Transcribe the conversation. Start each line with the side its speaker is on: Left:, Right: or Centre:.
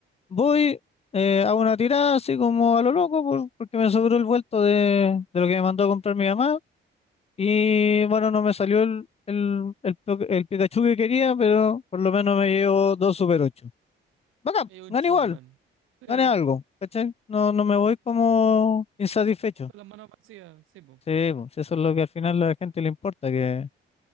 Left: voy, eh, hago una tirada así como a lo loco por- porque me sobró el vuelto de, de lo que me mandó a comprar mi mamá y bueno, no me salió el, el, el, po- el Pikachu que quería, pero por lo menos me llevo dos Super 8. Bacán,
Right: Y un
Left: gané
Right: Chocman.
Left: igual.
Right: Sí, po.
Left: gané algo, ¿cachai? No, no me voy como insatisfecho.
Right: con las manos vacías, sí, po.
Left: Sí, pues, eso es lo que al final a la gente le importa, que,